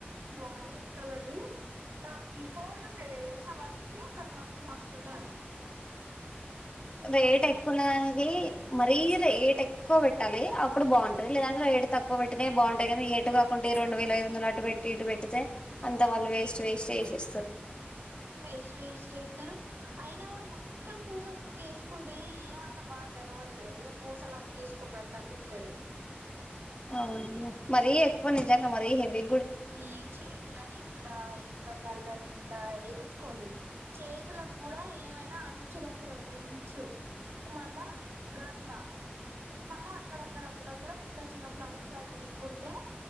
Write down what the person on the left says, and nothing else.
వయిట్ ఎక్కువననిది మరీ రేటు ఎక్కువ పెట్టాలి అప్పుడు బాగుంటది లేదంటే రేటు తక్కువ పెట్టినే బాగుంటాయి కానీ ఏటు కాకుంటే రెండు వేల ఐదు వందలు అటు పెట్టి ఇటు పెట్టితే అంత వాళ్ళు వేస్ట్ వేస్ట్ చేసి ఇస్తారు
అవును మరీ ఎక్ పని నిజంగా మరీ హవి